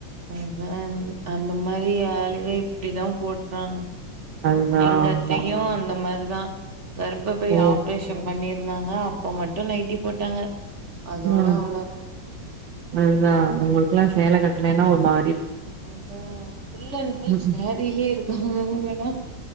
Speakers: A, on the right; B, on the right.
A: அதா அந்த மாரி ஆளுக இப்டிதா போட்றாங்க
B: அதுதான்
A: எங்கத்தையு
B: ஆமா.
A: அந்த மாரி தா கர்ப்பப்பை
B: ஓ!
A: ஆப்ரேஷன் பண்ணிர் ங்காங்க அப்ப மட்டு நைட்டி போட்டாங்க அதோட
B: ம்
A: அவ்ளோதா
B: அதுதா உங்களு க்லா சேல கட்லேன்னா ஒரு மா
A: அதா ஃபுல்லண் ஃபுல்
B: ம்ஹ்ம்.
A: சேரிலயே இருக்காங்க அவ்ங்கல்லா